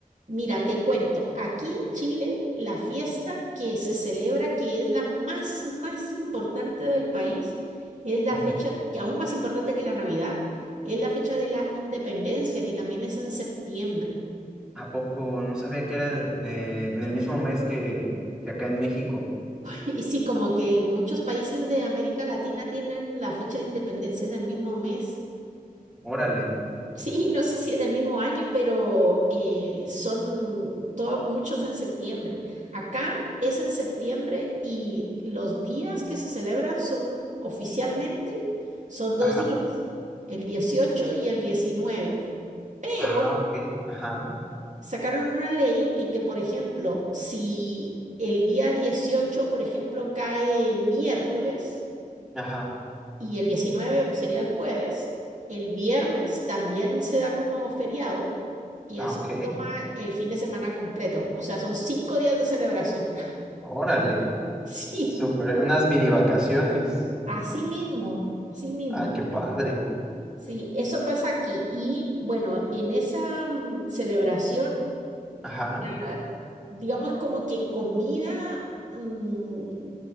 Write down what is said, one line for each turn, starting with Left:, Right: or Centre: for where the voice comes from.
Right: mira, te cuento. Aquí en Chile, la fiesta que se celebra, que es la más, más importante del país, es la
Centre: Ujú.
Right: fecha, que aún más importante que la Navidad, es la fecha de la independencia, que también es en septiembre.
Centre: ¿A poco? No sabía que era en, eh, en el mismo mes que, que acá en México.
Right: Y sí, como que muchos países de América Latina tienen la fecha de independencia en el mismo mes.
Centre: Órale.
Right: Sí, no sé si en el mismo año, pero eh, son to- muchos en septiembre. Acá es en septiembre y los días que se celebran son oficialmente, son dos
Centre: Ajá.
Right: días, el 18 y el diecinueve Pero
Centre: Ah, ok. Ajá.
Right: sacaron una ley en que, por ejemplo, si el día dieciocho por ejemplo, cae miércoles,
Centre: Ajá.
Right: Y el 19 sería el jueves. El viernes también se da como feriado y
Centre: Ah,
Right: así
Centre: ok.
Right: se toma el fin de semana completo. O sea, son cinco días de celebración. <laughs>
Centre: Órale.
Right: Sí,
Centre: Súper. Unas mini vacaciones.
Right: así mismo, así mismo.
Centre: Ay, qué padre.
Right: Sí, eso pasa aquí. Y bueno, en esa mm, celebración,
Centre: Ajá.
Right: ah, digamos como que comida, mm,